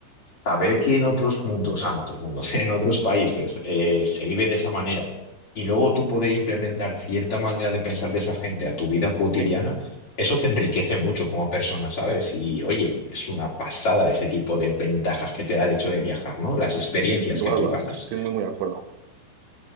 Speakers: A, on the left; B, on the right.
A: Saber que en otros mundos, ah, en otros mundos, <laughs> en otros países eh, se vive de esa manera y luego tú poder implementar cierta manera de pensar de esa gente a tu vida cotidiana,
B: Sí,
A: eso te enriquece mucho como persona, ¿sabes? Y oye, es una pasada ese tipo de ventajas que te da el hecho de viajar, ¿no? Las experiencias
B: sin lugar
A: que tú
B: a dudas,
A: ganas.
B: estoy muy, muy de acuerdo.